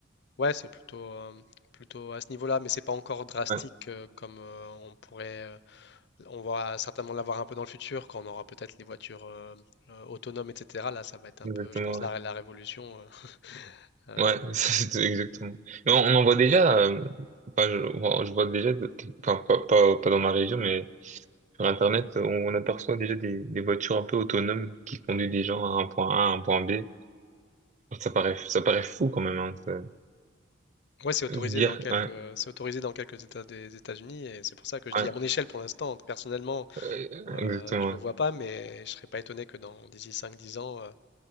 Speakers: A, on the left; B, on the right.
A: ouais, c'est plutôt, euh, plutôt à ce niveau-là, mais c'est pas encore drastique
B: ouais,
A: euh, comme euh, on pourrait. euh, on va certainement l'avoir un peu dans le futur, quand on aura peut-être les voitures euh, euh, autonomes, etc. Là, ça va être un
B: exactement,
A: peu, je pense,
B: ouais.
A: la, la révolution. euh, euh,
B: Ouais, <laughs> ça, c'est exactement. Mais on, on en voit déjà, euh, enfin, je, bon, je vois déjà, de- enfin, pas, pas, pas dans ma région, mais sur Internet, on, on aperçoit déjà des, des voitures un peu autonomes qui conduisent des gens à un point A, à un point B. Ça paraît, ça paraît fou quand même, hein, ça.
A: Ouais, c'est autorisé
B: Se dire,
A: dans quelques,
B: ouais,
A: euh, c'est autorisé dans quelques États des États-Unis et c'est pour ça que je dis
B: ouais,
A: à mon échelle pour l'instant, personnellement,
B: euh,
A: euh,
B: exactement.
A: je le vois pas, mais je serais pas étonné que dans d'ici cinq dix ans, euh,